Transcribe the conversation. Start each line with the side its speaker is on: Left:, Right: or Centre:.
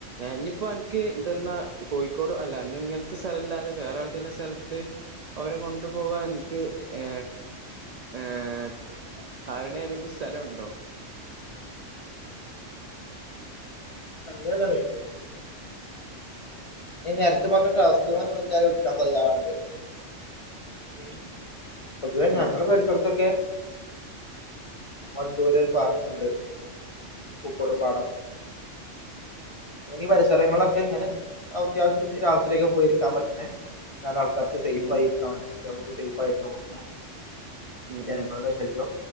Right: ഇഞ്ഞ്പ്പോ അനക്ക് തന്നാ കോഴിക്കോടും അല്ല അന്ന് ഇങ്ങനത്തെ സ്ഥലംല്ലാതെ വേറെതെലും സ്ഥലത്ത് അവരെ കൊണ്ടുപോവാൻ എനിക്ക് ഏ ഏർ ആറിണ ഏതെങ്കിലും സ്ഥലണ്ടോ
Left: <unintelligible> നേരത്തെ പറഞ്ഞ ടാസ്കൾ എന്തായാലും എടുക്കൻ തയ്യാറാവണ്ടെ ഉം പൊതുവേ
Right: ഉം
Left: ഞങ്ങളെ പരിസരത്തൊക്കെ വണ്ടൂര് പാർക്ക് ഉണ്ട് പൂക്കോടും പാടം ഇനഈ പരിസരങ്ങളിലൊക്കെ ഇങ്ങനെ അത്യാവശ്യത്തിന് രാത്രിയൊക്കെ പോയിരിക്കാൻ പറ്റ്ണ നാല് ആൾക്കാർ സേഫ്
Right: ഉം
Left: അയിരിക്ക
Right: ഉം
Left: പറ്റ്ണെ കുട്ടിൾക്കു സേയ്ഫാ യിരിക്കാൻ പറ്റ്ണ
Right: ഉം
Left: ജനങ്ങളുടെ ശല്യോ